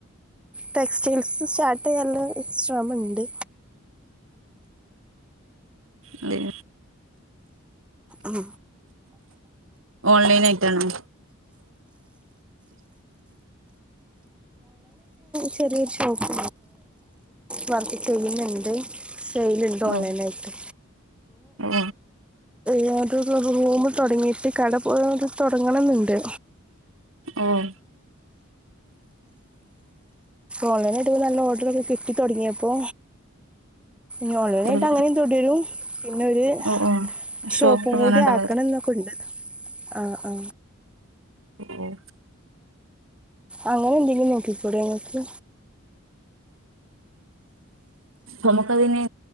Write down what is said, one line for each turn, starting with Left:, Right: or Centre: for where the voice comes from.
Centre: ടെസ്റ്റിൽസ് സ്റ്റാർട്ട്‌ ചെയ്യാൻ എക്സ്ട്രം ഉണ്ട്
Right: അതെയ
Centre: ഉം
Right: ഓൺലൈൻ ആയിട്ടാണോ
Centre: ചെറിയ ഷോപ്പ് വർക്ക്‌ ചെയുന്നുണ്ട് കയ്യിലുണ്ട്
Right: ഓ
Centre: ഓൺലൈൻ ആയിട്ട്
Right: ഓ
Centre: ഞാൻ ഒരു റൂമ് തുടങ്ങിയിട്ട് കട പോലെ തുടങ്ങണം എന്നുണ്ട്
Right: ആഹ
Centre: ഓൺലൈന ആായിട്ട് ഇ നല്ല ഓർഡർൊക്കെ കിട്ടി തുൊടങ്ങിയപ്പോൊ ഞോളുവനായിട്ട്
Right: ഒരു
Centre: അങ്ങനെ എന്തോടി വരും പിന്നെരു
Right: ഓ ഓ
Centre: ഷോപ്പും
Right: ഷോപ്പ് അങ്ങനെ
Centre: കൂടി
Right: ഉണ്ടാവരുത്
Centre: ആക്കണം എന്നൊക്കെ ഉണ്ട് ആ ആ
Right: ഉഏ
Centre: അങ്ങനെ എന്തെങ്കിലും നോക്കിപ്പോൂടെ ങ്ങക്ക്
Right: നമുക്കതിന്